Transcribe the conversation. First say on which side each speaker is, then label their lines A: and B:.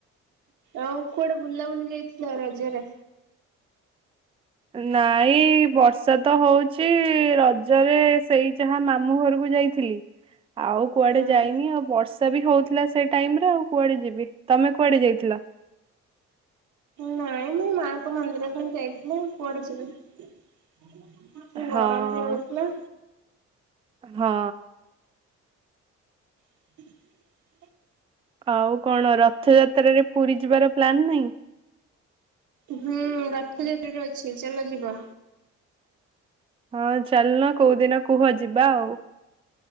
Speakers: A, on the right; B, on the right.
A: ଆଉ କୁଆଡେ ବୁଲାବୁଲି ଯାଇଥିଲ ରଜରେ?
B: ନାଇ ବର୍ଷା ତ ହଉଛି। ରଜରେ ସେଇ ଯାହା ମାମୁଁ ଘରକୁ ଯାଇଥିଲି। ଆଉ କୁଆଡେ
A: ହୁଁ।
B: ଯାଇନି ଆଉ ବର୍ଷା ବି ହଉଥିଲା ସେଇ ଟାଇମ୍ ର ଆଉ କୁଆଡେ ଯିବି। ତୋମେ କୁଆଡେ ଯାଇଥିଲ? <inaudible>
A: ନାଇଁ ମୁଁ ମାଙ୍କ ମନ୍ଦିର ଖାଲି ଯାଇଥିଲି। କୁଆଡେ ଯିବି? ହଁ,
B: ହଁ
A: ଗରମ ବି ହଉଥିଲା।
B: ହଁ।
A: <inaudible>
B: ଆଉ କଣ ରଥଯାତ୍ରରେ ପୁରୀ ଯିବାର ପ୍ଲାନ୍ ନାହିଁ?
A: ହୁଁ, ର ଥଯାତ୍ରା ବି ଅଛି ଚାଲ ଯିବ।
B: ହଁ ଚାଲୁନ, କୋଉଦିନ କୁହ ଯିବା ଆଉ?